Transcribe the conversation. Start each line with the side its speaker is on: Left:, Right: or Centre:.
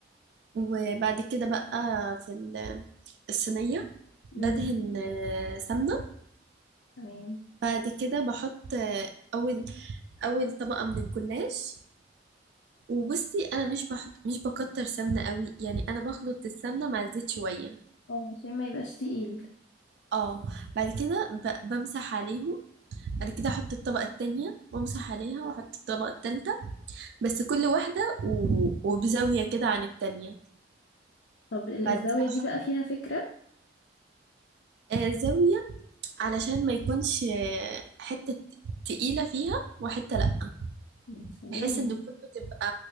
Right: وبعد كده بقى في ال- الصينية بدهن
Left: أمم،
Right: آه، سمنة
Left: تمام
Right: بعد كده بحط آه، اول اول طبقة من الجلاش وبصي انا مش بحط مش بكتر سمنه قوي يعني انا بخلط السمنه مع الزيت شويه
Left: اه عشان ما يبقاش تقيل
Right: اه بعد كده ب... بمسح عليهم بعد كده احط الطبقه التانية وامسح عليها واحط الطبقه التالتة بس كل واحده و... وبزاويه كده عن التانية
Left: طب ال-
Right: بعد
Left: الزاوية
Right: كده
Left: دي
Right: بحط
Left: بقى فيها فكرة
Right: آه زاويه علشان ما يكونش آه، حته تقيله فيها وحته لا
Left: يا سلام
Right: بحيث ان كله تبقى